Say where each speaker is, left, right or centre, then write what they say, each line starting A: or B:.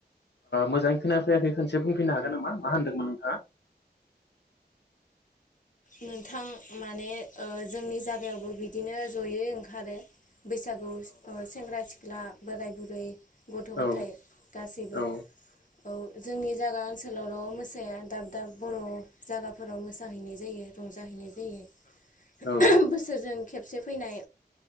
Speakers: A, on the left (about 85°); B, on the left (about 50°).
A: मोजाङै खोनायफैयाखै खनसे बुंफैनो हागोन नामा मा होनदोंमोन नोंथांङा?
B: नोंथां माने जोंनि जायागायावबो बिदिनो जयै ओंखारो। बैसागु ओ सेंग्रा सिख सिख्ला बोराय बुरै गथ' गथायाइ
A: औ
B: गासैबो
A: औ
B: औ जोंनि जागा ओनस ओनसोलावल' मोसाया दाब दाब बर' जायगाफोराव मोसाहैनाय जायो। रंजाहैनाय जायो
A: औ
B: बोसोरजों खेबसे फैनाय